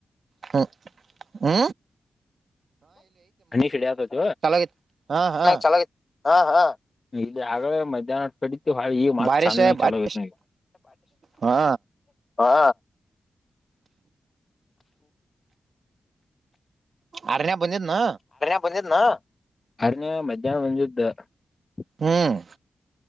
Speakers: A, on the right (about 65°); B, on the left (about 40°).
A: ಹ್ಮ ಹ್ಮ
B: ಹಶಡೆ ಆತತ
A: ಐತಿ ಹಾ ಹಾ
B: ಚ ಹಾ ಹಾ ಇ ಆಗ ಮಧ್ಯಾಹ್ನ ಕಡತಿತ್ತು ಹಾ ಈ ಮಾತ್
A: ಬಾರಿಷ
B: ಚನ್ನ
A: ಬಾರಿ
B: ಚಲೋಗತ್ ನಗೆ
A: ಹಾ
B: ಹಾ
A: ಆರ್ಯ ಮನ್ನಿನ್ನ
B: <unintelligible> <unintelligible>
A: ಹ್ಮ್